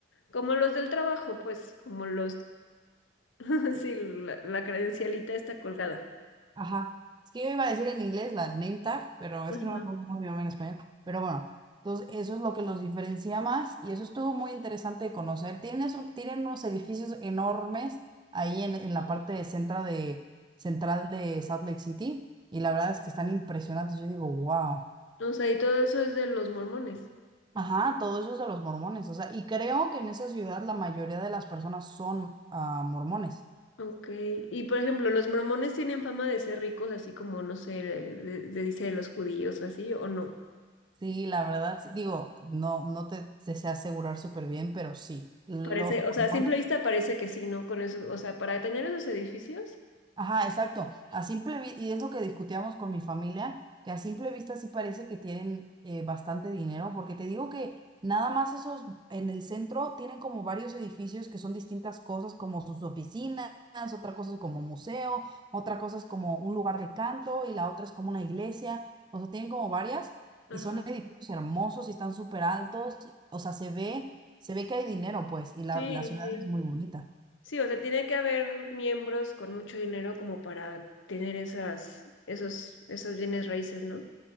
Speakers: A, on the left (about 80°); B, on the right (about 20°).
A: como los del trabajo, pues, como los <laughs> Sí, la, la credencialita está colgada.
B: Ajá. Es que yo iba a decir en inglés la name tag, pero es
A: Ajá.
B: que no me acuerdo cómo se llama en español. Pero bueno, entonces eso es lo que los diferencia más y eso estuvo muy interesante de conocer. Tienen, esos- tienen unos edificios enormes ahí en, en la parte de centra de, central de Salt Lake City y la verdad es que están impresionantes. Yo digo, wow.
A: O sea, y todo eso es de los mormones.
B: Ajá, todo eso es de los mormones. O sea, y creo que en esa ciudad la mayoría de las personas son ah, mormones.
A: Ok. Y por ejemplo, los mormones tienen fama de ser ricos, así como, no sé, de, de- de- dice de los judíos o así, o no.
B: Sí, la verdad, sí. digo, no, no te, te sé asegurar súper bien, pero sí. Los
A: Parece, o sea,
B: mormones
A: a simple vista parece que sí, ¿no? Con eso, o sea, para tener esos edificios.
B: Ajá, exacto. A simple vista, y es lo que discutíamos con mi familia, que a simple vista sí parece que tienen eh, bastante dinero, porque te digo que nada más esos en el centro tienen como varios edificios que son distintas cosas, como sus oficinas, otra cosa es como museo, otra cosa es como un lugar de canto y la otra es como una iglesia. O sea, tienen como varias
A: Ajá.
B: y son edificios hermosos y están súper altos. O sea, se ve, se ve que hay dinero, pues, y la,
A: Sí,
B: la ciudad
A: sí.
B: es muy bonita.
A: Sí, o sea, tiene que haber miembros con mucho dinero como para tener esas, esos, esos bienes raíces, ¿no?